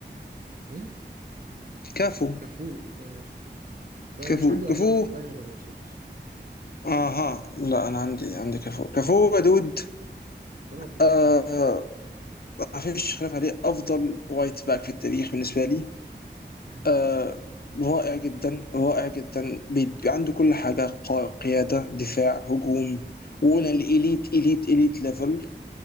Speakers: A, on the right (about 50°); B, on the left (about 55°).
A: مين
B: كافو
A: كفو اوكي ماشي لا
B: كافو
A: انا مش عندي
B: كافو
A: أظهرة في القائمة غير مارسيلو الصراحة
B: اها لا انا عندي عندي كافو كافو يا دود
A: خرافي طبعا
B: آه ما فيش خلاف عليه افضل وايت باك في التاريخ بالنسبه لي
A: مم،
B: آه رائع جدا رائع جدا بي- عنده كل حاجة قا- قيادة دفاع هجوم وقلنا الإليت إليت إليت ليفل